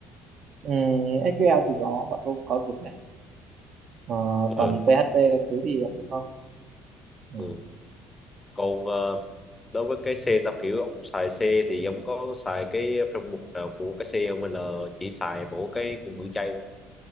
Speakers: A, on the right; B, on the left.
A: Ừ, SQL thì có bọn tôi cũng có dùng này. Ờ, còn
B: ừ,
A: PHP các thứ thì bọn tôi không. Ừ.
B: ừ. còn ờ, đối với cái xe sao kiểu ông xài xe thì ông có xài cái phần mục nào của cái xe không hay là chỉ xài mỗi cái ngữ chay thôi